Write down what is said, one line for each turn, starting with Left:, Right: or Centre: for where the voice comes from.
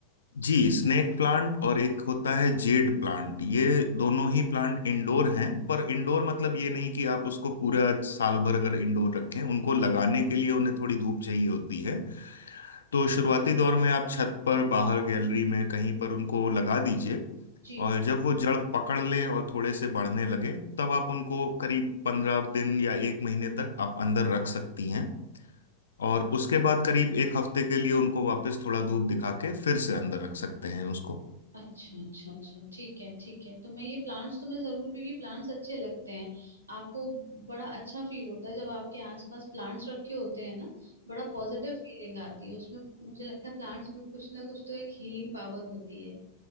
Left: जी स्नेक प्लांट और एक होता है जेड प्लांट ये दोनों ही प्लांट इंडोर हैं पर इंडोर मतलब ये नहीं कि आप उसको पूरा साल भर अगर इंडोर रखें उनको लगाने के लिए उन्हें थोड़ी धूप चाहिए होती है तो शुरुआती दौर में आप छत पर बाहर गैलरी में कहीं पर उनको लगा दीजिए
Right: जी
Left: और जब वो जड़ पकड़ लें और थोड़े से बढ़ने लगे तब आप उनको करीब पंद्रह दिन या एक महीने तक आप अंदर रख सकती हैं और उसके बाद करीब एक हफ्ते के लिए उनको वापस थोड़ा धूप दिखा के फिर से अंदर रख सकते हैं उसको
Right: अच्छा अच्छा अच्छा ठीक है ठीक है तो मैं ये प्लांट्स तो मैं जरूर क्योंकि प्लांट्स अच्छे लगते हैं आपको बड़ा अच्छा फील होता है जब आपके आसपास प्लांट्स रखे होते हैं ना बड़ा पॉजिटिव फीलिंग आती है उसमें मुझे लगता है प्लांट्स में कुछ ना कुछ तो एक हीलिंग पावर होती है